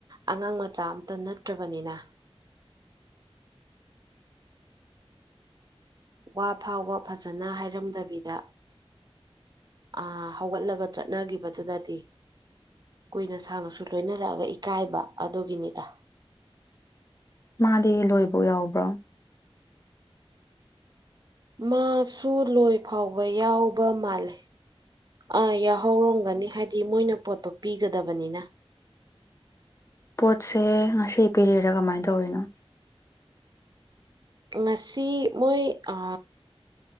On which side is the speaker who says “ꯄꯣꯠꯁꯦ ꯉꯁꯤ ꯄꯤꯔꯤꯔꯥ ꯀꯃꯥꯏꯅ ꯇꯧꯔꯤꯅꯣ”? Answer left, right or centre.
Left